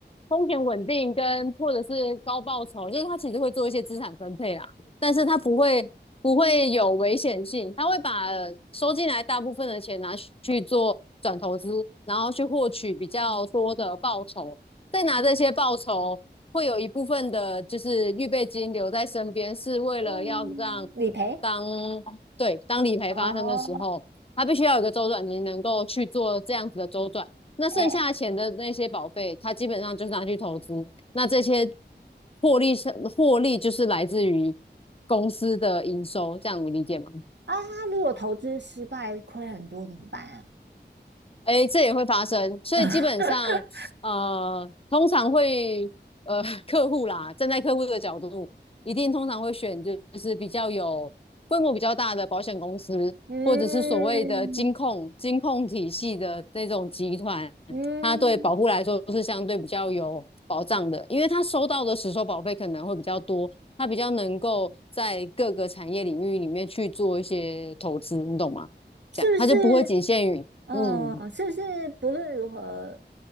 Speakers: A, on the left; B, on the right.
A: 风险稳定跟或者是高报酬，就是他其实会做一些资产分配啦，但是他不会不会有危险性，他会把收进来大部分的钱拿去做转投资，然后去获取比较多的报酬，再拿这些报酬会有一部分的就是预备金留在身边，是为了要让
B: 嗯，理赔
A: 当对当理赔发生的时候。
B: 哦，
A: 它必须要有一个周转，你能够去做这样子的周转。那剩下钱的那些保费，
B: 哎
A: 它基本上就是拿去投资。那这些获利是获利，就是来自于公司的营收，这样你理解吗？
B: 啊，如果投资失败亏很多怎么办啊？
A: 哎，这也会发生，所以基本上，
B: <laughs>
A: 呃，通常会，呃，<laughs> 客户啦，站在客户的角度，一定通常会选就是比较有规模比较大的保险公司，
B: 嗯
A: 或者是所谓的金控金控体系的这种集团，
B: 嗯，
A: 它对保护来说是相对比较有保障的，因为它收到的实收保费可能会比较多，它比较能够在各个产业领域里面去做一些投资，你懂吗？这样，
B: 是不是？
A: 它就不会仅限于。
B: 嗯，
A: 嗯，
B: 是不是不论如何，